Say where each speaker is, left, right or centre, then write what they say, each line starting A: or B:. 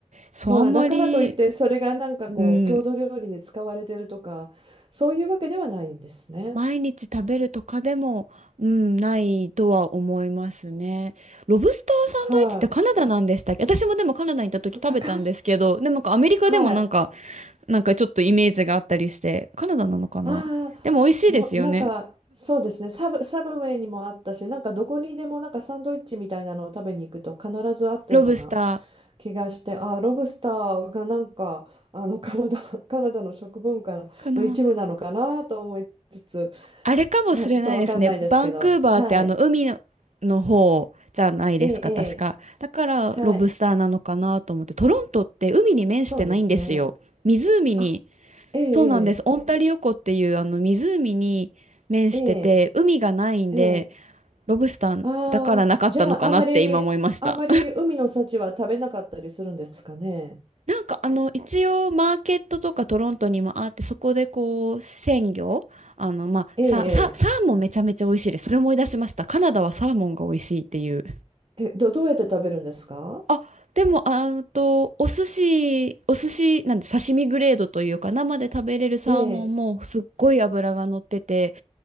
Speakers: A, on the right; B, on the right.
A: そう、
B: まあ、
A: あんまり、
B: だからといって、それがなんかこう、
A: うん、
B: 郷土料理に使われてるとか、そういうわけではないんですね。
A: 毎日食べるとかでも、うん、ないとは思いますね。ロブスターサンドイッチってカナダなんでしたっけ私もでもカナダに行った時食べたんですけど、
B: はい。わかかる
A: でもなんかアメリカでもなんか、
B: はい。
A: なんかちょっとイメージがあったりして、カナダなのかなでも美味しいですよね。
B: ああ、の、なんか、そうですね。サブ、サブウェイにもあったし、なんかどこにでもなんかサンドイッチみたいなのを食べに行くと必ずあったような
A: ロブスタ
B: 気がして、ああ、ロブスターがなんか、あの、カナダ、カナダの食文化の一部なのかなと思いつつ、
A: ーかな。あれかもしれないですね。
B: あ、ちょっとわかんないですけど、
A: バンクーバーってあの海の、
B: はい。
A: の方じゃないですか、
B: ええ、ええ。
A: 確か。だからロブスターなのかなと思って。
B: はい。
A: トロントって海に面してないんですよ。
B: そうですね。
A: 湖に、
B: あ、ええ、
A: そうなんです。オンタリオ湖っていうあの湖に面してて、
B: ええ、
A: 海がないんで、
B: ええ、ええ。
A: ロブスターだからなかったのかなって今思いました。
B: ああ、じゃあ、あまり、あまり海の幸は食べなかったりするんですかね。
A: なんかあの一応マーケットとかトロントにもあってそこでこう鮮魚あのまあさ、
B: ええ、
A: さ、サーモンめちゃめちゃ美味しいです。それ思い出しました。カナダはサーモンが美味しいっていう。
B: ええ。えど、どうやって食べるんですか
A: あ、でもあんとお寿司お寿司なんて刺身グレードというか生で食べれるサーモンもすっごい脂が乗ってて
B: ええ、